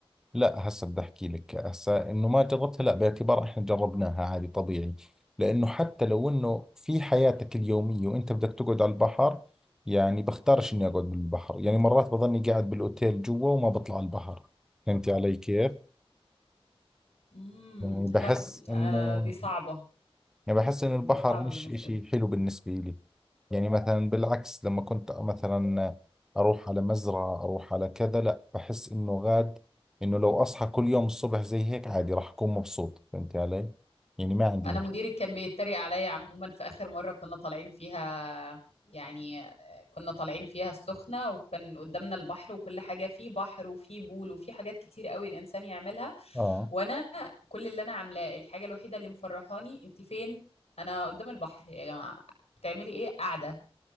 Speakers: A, in the centre; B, on the left.
A: لا هسه بدي احكي لك هسه انه ما جربتها لا باعتبار احنا جربناها عادي طبيعي لانه حتى لو انه في حياتك اليوميه وانت بدك تقعد على البحر يعني بختارش اني اقعد بالبحر يعني مرات بظني قاعد بالاوتيل جوا وما بطلع على البحر فهمتي علي كيف
B: امم
A: يعني بحس
B: لا
A: انه
B: انا دي صعبة
A: يعني بحس إن البحر
B: دي صعبة
A: مش
B: بالنسبة
A: إشي
B: لي
A: حلو بالنسبة لي يعني مثلا بالعكس لما كنت مثلا أروح على مزرعة أروح على كذا لا بحس إنه غاد إنه لو أصحى كل يوم الصبح زي هيك عادي راح أكون مبسوط فهمت علي؟ يعني ما عندي
B: انا
A: مشكلة
B: مديري كان بيتريق عليا عموما في اخر مرة كنا طالعين فيها يعني كنا طالعين فيها السخنة وكان قدامنا البحر وكل حاجة فيه بحر وفيه بول وفيه حاجات كتير قوي الانسان يعملها
A: آه
B: وانا كل اللي انا عاملاه الحاجة الوحيدة اللي مفرحاني انت فين انا قدام البحر يا جماعة بتعملي ايه قاعدة